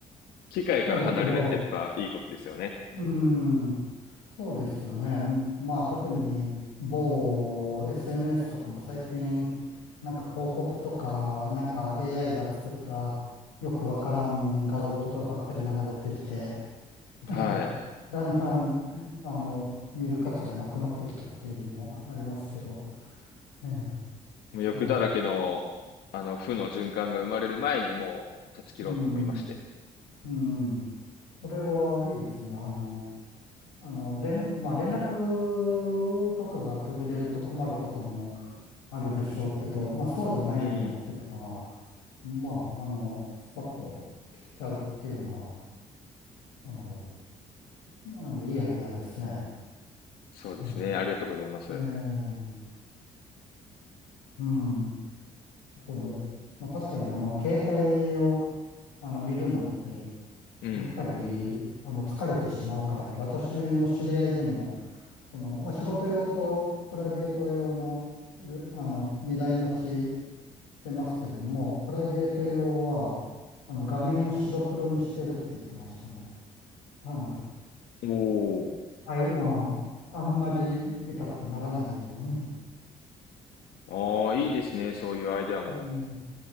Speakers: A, on the left (about 70°); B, on the left (about 85°).
A: 機械から離れるってやっぱいいことですよね。
B: なるほど。うん。そうですよね。まあ特に某 SNS とかも最近なんか広告とかなんか AI が作ったよくわからん画像とかばっかり流れてきてなんか、
A: はい。
B: だんだん、あの、見る価値がなくなってきたっていうのもありますけど、ええ、
A: もう欲だらけの、
B: ねえ、
A: あの、負の循環が生まれる前にもう断ち切ろうと思いまして。
B: うん、うん、それはいいですね。あの、あの、連、まあ、連絡とかが途切れると困ることもあるでしょうけど、まあ、そうじゃないものっていうのは、
A: うん。
B: まあ、あの、スパッと切っちゃうっていうのは、あの、あの、いいアイデアですね。
A: そうですね。
B: うん、
A: ありがとうございます。
B: ええ、うん、なるほど。まあ、確かに、あの、携帯を、あの、見るのって、
A: うん。
B: やっぱり、あの、疲れてしまうからって、私の知り合いでも、その、まあ、仕事用とプライベート用の、りょあの、二台持ちしてますけども、プライベート用は、あの、画面を白黒にしてるって言ってましたね。あの、
A: お
B: あい、あのあんまり見たくならないように。
A: お。ああ、いいですね。そういうアイデアも
B: うん。